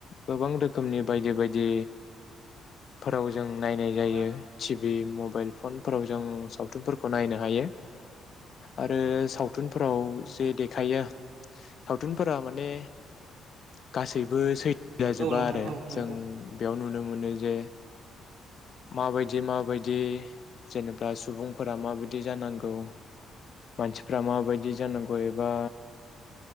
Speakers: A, on the left; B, on the right.
A: गोबां रोखोमनि बायदि बायदि फोराव जों नायनाय जायो
B: औ
A: टिभि मबा फनफोराव जों सावथुनफोरखौ नायनो हायो आरो सावथुनफोराव जे देखायो। सावथुनफोरा माने गासैबो सैथो जाजोबा
B: औ नोंथां
A: आरो
B: औ नंगौ
A: जों बेयाव नु नुनो मोनो जे माबायदि माबाय बिदि जेनेबा सुबुंफोरा माबायदि जानांगौ मानसिफोरा माबायदि जानांगौ एबा।